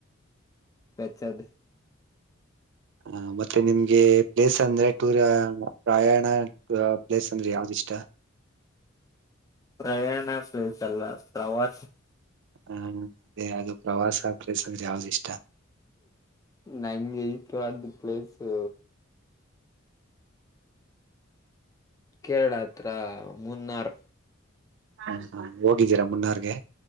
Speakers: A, on the left; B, on the right.
A: ಕಚ್ಚದು
B: ಹ ಮತ್ತೆ ನಿಮ್ಗೆ ಪ್ಲೇಸ್ ಅಂದ್ರೆ ಟೂರ್ <unintelligible> ಪ್ರಯಾಣ ಪ್ಲೇಸ್ ಅಂದ್ರೆ ಯಾವ್ದ್ ಇಷ್ಟ
A: ಪ್ರಯಾಣ ಪ್ಲೇಸ್ ಅಲ್ಲ <unintelligible>
B: ಹಾ ಅದೇ ಅದು ಪ್ರವಾಸ ಪ್ಲೇಸ್ ಅಂದ್ರೆ ಯಾವ್ದ ಇಷ್ಟ
A: ನಂಗೆ ಇಷ್ಟವದ್ <unintelligible> ಪ್ಲೇಸು ಕೇರಳ ಅತ್ತ್ರ ಮುನ್ನಾರು
B: ಹ ಹಾ ಹೋಗಿದ್ದೀರಾ ಮುನ್ನಾರ್ಗೆ